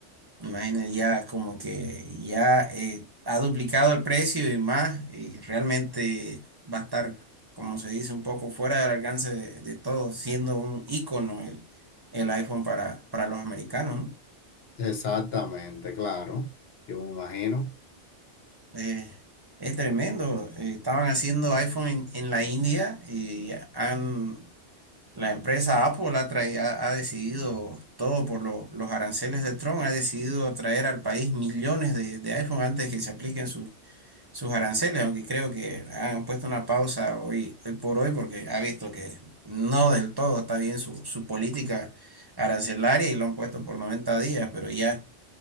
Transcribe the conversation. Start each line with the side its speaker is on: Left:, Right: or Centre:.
Right: Imagina, ya como que ya eh, ha duplicado el precio y más, y realmente va a estar, como se dice, un poco fuera del alcance de, de todos, siendo un ícono el, el iPhone para, para los americanos, ¿no?
Left: Exactamente, claro. Yo me imagino.
Right: Eh, es tremendo. eh, Estaban haciendo iPhone en, en la India y han, la empresa Apple ha, trai- ha, ha decidido, todo por lo- los aranceles de Trump, ha decidido traer al país millones de, de iPhone antes que se apliquen sus sus aranceles, aunque creo que han puesto una pausa hoy, hoy por hoy porque ha visto que no del todo está bien su, su política arancelaria y lo han puesto por 90 días, pero ya,